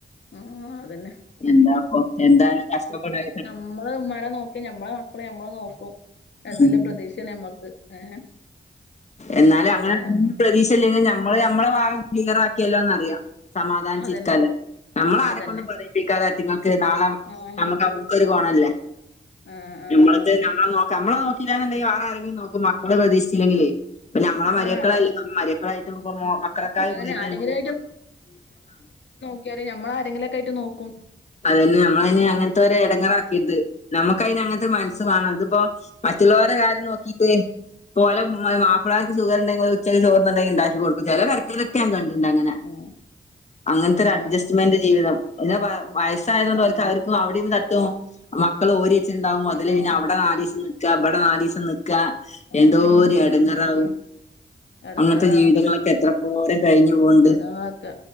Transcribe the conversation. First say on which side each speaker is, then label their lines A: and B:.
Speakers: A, on the left (about 70°); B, on the left (about 35°).
A: ആഹ് ആഹ് ആഹ് അതെന്നെ
B: എന്താപ്പോ എന്താലും കഷ്ടപ്പെടെ തന്നെ
A: മ്മള് ഇമ്മാരെ നോക്കി ഞമ്മളെ മക്കള് ഞമ്മളെനോക്കും എന്നുള്ള
B: ഉം
A: പ്രതീക്ഷ ഞമ്മക്ക് ഹെ
B: എന്നാലും
A: ഏതാലും
B: അങ്ങനെ പ്രതീക്ഷ ഇല്ലെങ്കി ഞമ്മള്ഞമ്മളെ ഭാഗം ക്ലിയറാക്കിയല്ലോന്ന്റിയാം സമാധാനിച്ചിരിക്കല്ലോ
A: അതന്നെ
B: നമ്മള് ആരെക്കൊണ്ട്
A: അതന്നെ
B: പറയിപ്പിക്കാതെറ്റങ്ങൾക്ക് നാളെ
A: ആഹ്
B: നമുക്ക് അവടുക്കൊരു കൊണല്ലേ
A: ആഹ് ആഹ്
B: ഞമ്മളത്
A: അതന്നെ
B: ഞമ്മളെ നോക്കാൻ ഞമ്മളെ നോക്കീലാന്ന് ഇണ്ടെങ്കി വെറെ ആരെങ്കിലും നോകും മക്കളെ പ്രതീക്ഷിച്ചില്ലെങ്കിലേ ഇപ്പ നമ്മളെ
A: ആഹ്
B: മര്യക്കളല്ല
A: അതന്നെ
B: മര്യക്കളായിട്ട് നോക്കുമ്പോ
A: ഉം ഉം
B: മക്കളക്കായി
A: അതന്നെ
B: ഉപകരിക്ക
A: ആരെങ്കിലും എനിക്കറിയാം നമ്മൾ ആരെങ്കിലൊക്കെ ആയിട്ട് നോക്കും.
B: അതെന്നെ ഞമ്മളയ്ന്
A: ഉം
B: അങ്ങനത്തോരെ എടങ്ങേറാക്കീട്ട്. നമുക്കയ്ന് അങ്ങനത്തെ മൻസ്സ് വാണംത്പ്പോ മറ്റുള്ളോരെ കാര്യം നോക്കിട്ട് പോലെഇമ്മമാർ മപ്ലാര്ക്ക് സുഖണ്ടെങ്കിൽ ഓല് ഉച്ചക്ക് ചോർന്നുണ്ടെങ്കില് ഇണ്ടാക്കി കൊടുകും ചെലെ പേരക്കാര് കേഞാൻ കണ്ട്ണ്ടങ്ങനെ
A: ആഹ്
B: അങ്ങനൊത്തൊരു
A: ആഹ്
B: അഡ്ജസ്റ്റ്മെന്റ് ജീവിതം ഇതാ <unintelligible> വയസ്സായതോണ്ട്
A: ആന്നെ
B: ഓൽക് അവര്ക് അവിടേം തട്ടും മക്കള് ഓരിവെച്ചിട്ട്ണ്ടാവും അതില്
A: ആഹ്
B: പിന്നെ അവിടെ നാലീസം <unintelligible> ക്കാ ഇപടെനാലീസം നിക്കാ
A: ആഹ്
B: എന്തോര് എ ടങ്ങാറാവും
A: ഉം എടങ്ങേറാണ്
B: അങ്ങത്തെ ജീവിതങ്ങളൊക്കെ എത്രപോര കഴിഞ്പോക്ണ്ട്
A: ആഹ് അതാ